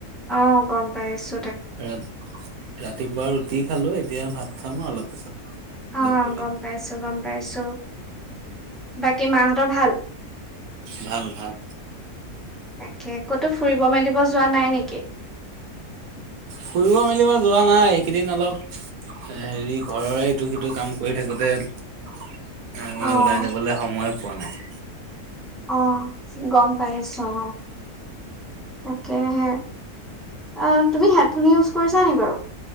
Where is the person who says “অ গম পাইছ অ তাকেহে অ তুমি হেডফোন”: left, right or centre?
Centre